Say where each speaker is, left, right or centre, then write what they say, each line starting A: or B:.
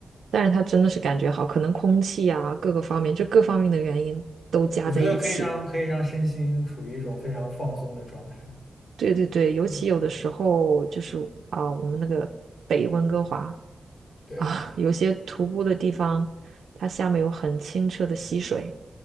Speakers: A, on the right (about 80°); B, on the left (about 40°).
A: 但是它真的是感觉好，可能空气啊，各个方面，就各方面的原因都加在一起。
B: 我觉得可以让可以让身心处于一种非常放松的状态。
A: 对对对，尤其有的时候就是啊、
B: 嗯，
A: 我们那个北温哥华
B: 对，
A: 啊、有些徒步的地方，它下面有很清澈的溪水，